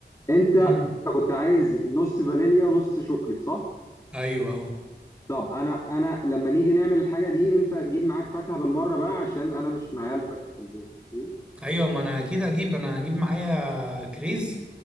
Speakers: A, on the left; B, in the centre.
A: انت انت
B: امم
A: كنت عايز نص فانيليا ونص شوكليت صح
B: ايوه اه
A: طب انا انا لما نيجي نعمل الحاجه دي انت جيب معاك فاكهه بالمره بقى عشان انا مش معايا الفاكهه في البيت اوكي
B: ايوه ما انا اكيد هجيب انا هجيب معايا كريز